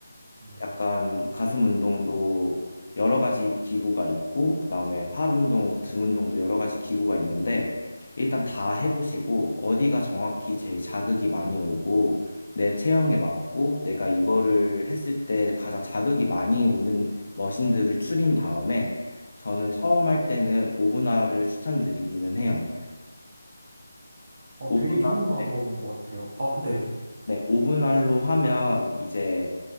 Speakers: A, on the right (about 35°); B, on the left (about 50°).
A: 네,
B: 약간 가슴 운동도 여러 가지 기구가 있고, 그 다음에 팔 운동, 그 등 운동도 여러 가지 기구가 있는데, 일단 다 해보시고, 어디가 정확히 제일 자극이 많이 오고, 내 체형에 맞고, 내가 이거를 했을 때 가장 자극이 많이 오는 머신들을 추린 다음에, 저는
A: 네.
B: 처음 할 때는 오분할을 추천드리기는 해요.
A: 어,
B: 오분할,
A: 되게 좋은 방법인
B: 네.
A: 것 같아요. 아, 네.
B: 네, 오분할로 하면 이제